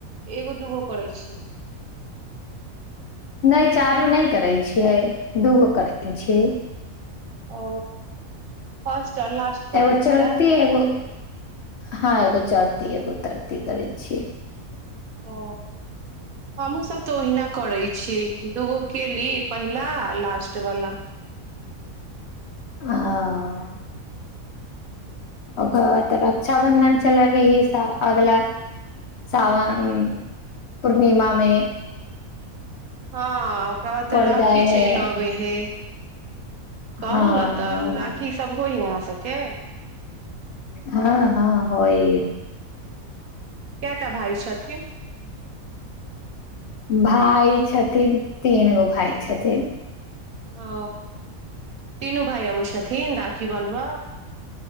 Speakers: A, on the right (about 75°); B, on the left (about 55°).
A: एगो दूगो करै छियै।
B: नहि चारू नहि करै छियै दूगो करै छियै
A: ओ फर्स्ट आ लास्ट करै
B: एगो चढ़ती
A: छियै
B: एगो हँ एगो चढ़ती एगो तरती करै छियै
A: ओ हमू सभ तऽ ओहिना करै छी दूगो केली पहिला लास्ट वाला
B: आ ओकर बाद तऽ रक्षाबन्धन चलै भी स अगला सावन पूर्णिमामे
A: हँ ओकरा बाद तऽ राखी
B: जाइ है
A: चलि अबे हे कहू
B: हँ
A: ने तऽ
B: हँ
A: राखी सभ होय ह यहाँ सबके छै
B: हँ हँ होइ
A: कटा भाइ छथि
B: भइ छथिन तीन गो भाय छथिन
A: ओ तीनू भाइ अबै छथिन राख की बनब